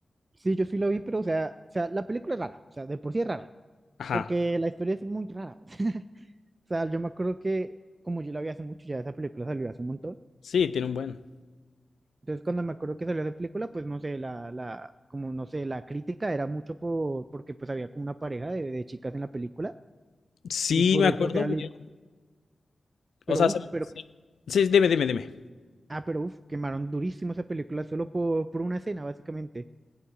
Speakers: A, on the right (about 35°); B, on the left (about 80°).
A: Sí, yo sí la vi, pero o sea, o sea, la película es rara, o sea, de por sí es rara,
B: Ajá.
A: porque la historia es muy rara. <laughs> O sea, yo me acuerdo que como yo la vi hace mucho, ya esa película salió hace un montón.
B: Sí, tiene un buen.
A: Entonces, cuando me acuerdo que salió esa película, pues no sé, la, la, como no sé, la crítica era mucho por, porque pues había como una pareja de, de chicas en la película
B: Sí,
A: y por
B: me acuerdo
A: eso, o sea, li-
B: bien.
A: pero
B: O sea,
A: uff,
B: se-
A: pero
B: se- sí, dime, dime, dime.
A: Ah, pero uf, quemaron durísimo esa película solo por, por una escena, básicamente.